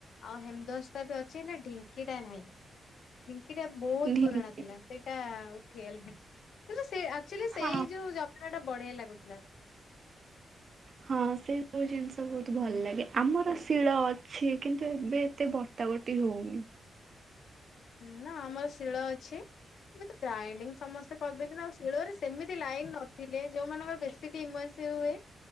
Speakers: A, on the left (about 65°); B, on the right (about 40°).
A: ଆଉ ହେମଦସ୍ତା ବି ଅଛି ହେଲେ ଢିଙ୍କି ଟା ନାହିଁ ଢି ଏଇଟା ବୋହୁତ
B: ଢିଙ୍କି
A: ପୁୁରଣା ଥିଲା। ସେଇଟା ହେୟଲ ହେ କିନ୍ତୁ ସେ ଆଚୋଲ୍ଲୀ ସେଇ
B: ହଁ
A: ଯୋଉ ଯା ସେଟା ବଢିଆ ଲାଗୁଥିଲା।
B: ହଁ ସେ ସବୁ ଜିନିଷ ବୋହୁତ ଭଲ ଲାଗେ, ଆମର ଶିଳ ଅଛି କିନ୍ତୁ ଏବେ ଏତେ ବଟା ବର୍ଟି ହୋଉନି।
A: ନା ଆମର ଶିଳ ଅଛି, ଏବେ ତ ଗ୍ରାଇଣ୍ଡିଙ୍ଗ ସମସ୍ତେ କରଦଉଛନ୍ତି ଆଉ ଶିଳରେ ସେମିତି ଲାଇନ ନଥିଲେ ଯୋଉ ମାନଙ୍କର ବେଶୀକି ଇମଜେ ହୁଏ,